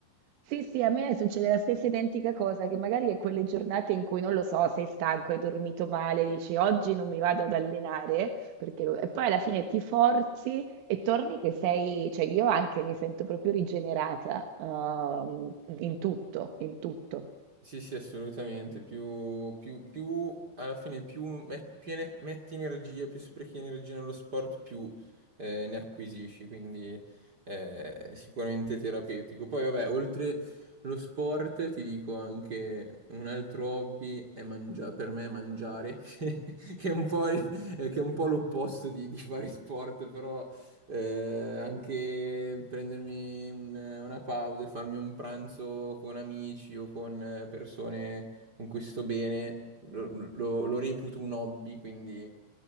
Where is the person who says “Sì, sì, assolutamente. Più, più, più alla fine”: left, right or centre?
Right